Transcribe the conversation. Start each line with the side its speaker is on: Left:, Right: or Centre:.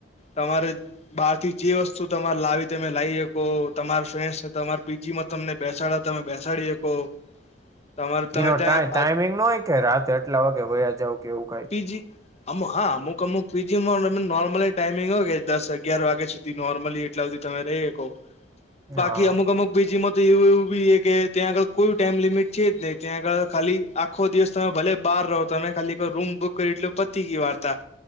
Left: તમારે બહાર થી જે વસ્તુ તમારે લાવી તમે લાવી શકો તમારે ફ્રેન્સને તમારે પીજી માં તમને બેસાડા તમે બેસાડી શકો તમારે તમે
Right: એનો
Left: ત્યાં
Right: ટ ટાઈમિંગ નો હોય કે રાતે આટલા વાગે વયા જઉ કે એવું કઈ
Left: પીજી અમુ હા અમુક અમુ પીજી તમે નોર્મલી ટાઈમિંગ હોય કે દસ અગિયાર વાગ્યા સુધી નોર્મલી એટલા વાગે તમે રહી શકો બાકી
Right: હા
Left: અમુક અમુક પીજી ુંવુંી કે ત્યાં આગળ કોઈ ટાઈમ લિમિટ છે જ નહી ત્યાં આગળ ખાલી આખો દિવસ તમે ભલે રહો તમે ખાલી કો રૂમ બુક કરી એટ પતિ ગઈ વાર્તા